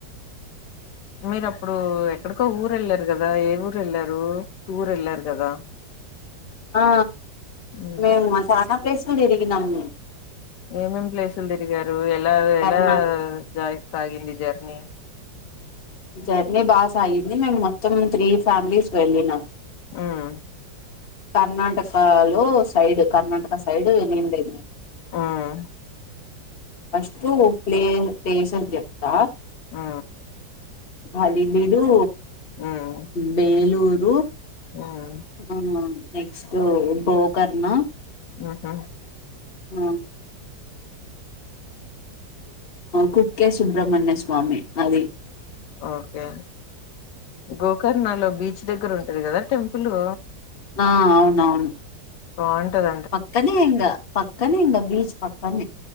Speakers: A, on the left; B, on the left.
A: మీరు అప్పుడు ఎక్కడికో ఊరు వెళ్ళారు కదా ఏ ఊరు వెళ్లారు టూర్ ఎళ్ళారు కదా
B: ఆ
A: ఉమ్
B: మేము చానా ప్లేసులు తిరిగినమ్
A: ఏమేం ప్లేసులు తిరిగారు ఎలా
B: కర్ణా
A: ఎలా జా సాగింది జర్నీ
B: జర్నీ బాగా సాగింది మేము మొత్తం త్రీ ఫ్యామిలీస్ వెళ్ళినం
A: ఉమ్
B: కర్ణాటకలో సైడు కర్ణాటక సైడ్ ఎల్లి ఉండే
A: ఉమ్
B: ఫస్ట్ ప్లే నేను ప్లేసులు చెప్తా
A: ఆ
B: హాలిబీడు
A: ఉమ్
B: బేలూరు
A: ఉమ్
B: ఆ నెక్స్ట్ గోకర్ణ
A: ఆహ
B: ఆ కుక్కే సుబ్రహ్మణ్యస్వామి అది
A: ఓకే గోకర్ణలో బీచ్ దగ్గర ఉంటాది కదా టెంపులు
B: ఆ అవునవును
A: బావుంటాద
B: పక్కనే ఇంగా పక్కనే ఇంగా బీచ్ పక్కనే